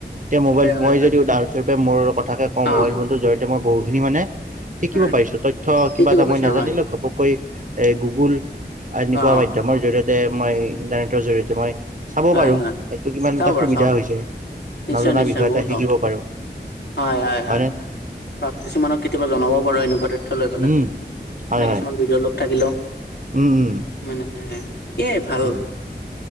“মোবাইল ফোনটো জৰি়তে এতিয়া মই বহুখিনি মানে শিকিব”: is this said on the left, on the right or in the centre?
Right